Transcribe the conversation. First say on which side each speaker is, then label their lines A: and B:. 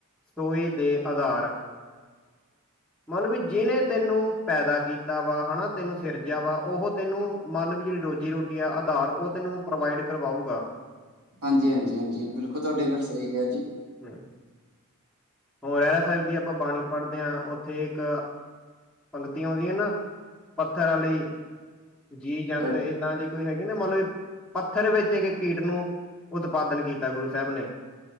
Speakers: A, in the centre; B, on the right.
A: <unintelligible> ਦੇ ਆਧਾਰ ਮਲਬ ਵੀ, ਜੀਨੇ ਤੈਨੂੰ ਪੈਦਾ ਕੀਤਾ ਵਾ ਹਨਾ। ਤੈਨੂੰ ਸਿਰਜਿਆ ਵਾ, ਉਹ ਤੈਨੂੰ ਮੰਨ ਵੀ ਜੇੜੀ ਰੋਜ਼ੀ-ਰੋਟੀ ਕੀ ਆ ਆਧਾਰ, ਓ ਤੈਨੂੰ ਪ੍ਰਵਾਈਡ ਕਰਵਾਊਗਾ।
B: ਹਾਂਜੀ-ਹਾਂਜੀ-ਹਾਂਜੀ, ਬਿਲਕੁਲ ਤੁਆਡੀ ਗੱਲ, ਸਈ ਕਿਹਾ ਜੀ।
A: ਹਮ, ਹੁਣ ਰਹਿਰਾਸ ਸਾਹਿਬ ਦੀ ਆਪਾਂ ਬਾਣੀ ਪੜ੍ਹਦੇ ਆਂ ਤੇ ਇਕ, ਪੰਗਤੀ ਔਂਦੀ ਆ ਨਾ, ਪੱਥਰ ਆਲੀ। ਜੀ-ਜੰਤ,
B: ਅ-
A: ਏਦਾਂ ਦੇ ਕੋਈ ਹੈਗੇ ਨਾ, ਮੰਨ ਪੱਥਰ ਵਿੱਚ ਏਕ ਕੀਟ ਨੂੰ, ਉਤਪਾਦਨ ਕੀਤਾ ਗੁਰੂ ਸੈਬ੍ਹ ਨੇ।